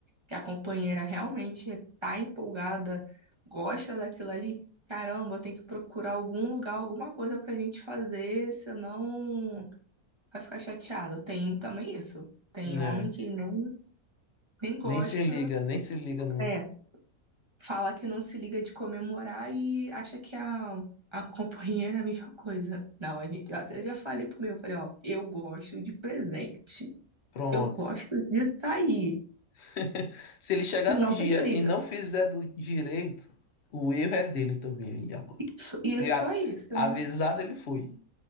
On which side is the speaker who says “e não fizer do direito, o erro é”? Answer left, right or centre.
Left